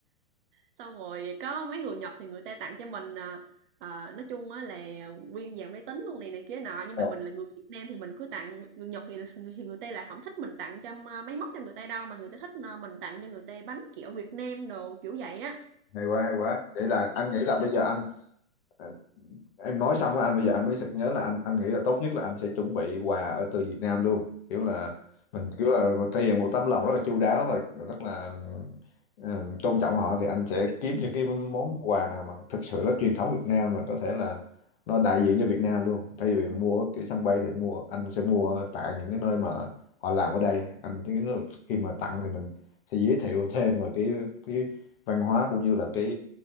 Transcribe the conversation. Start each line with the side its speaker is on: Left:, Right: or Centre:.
Right: xong rồi có mấy người Nhật thì người ta tặng cho mình à, à, nói chung á là nguyên dàn máy tính luôn này này kia nọ nhưng
Left: Ồ,
Right: mà mình là người Việt Nam thì mình cứ tặng người Nhật thì, thì người ta là không thích mình tặng cho à, máy móc cho người ta đâu mà người ta thích à, mình tặng cho người ta bánh kẹo Việt Nam đồ kiểu vậy á
Left: hay quá hay quá. Vậy là anh nghĩ là bây giờ anh ờ, em nói xong rồi anh bây giờ anh mới sực nhớ là anh anh nghĩ là tốt nhất là anh sẽ chuẩn bị quà ở từ Việt Nam luôn kiểu là mình kiểu là thể hiện một tấm lòng rất là chu đáo và rất là ừ, tôn trọng họ thì anh sẽ kiếm những cái món quà nào mà thực sự rất truyền thống Việt Nam và có thể là nó đại diện cho Việt Nam luôn thay vì mình mua ở cái sân bay thì anh mua anh sẽ mua tại những cái nơi mà họ làm ở đây anh thấy nó- khi mà tặng thì mình sẽ giới thiệu thêm về cái cái văn hóa cũng như là cái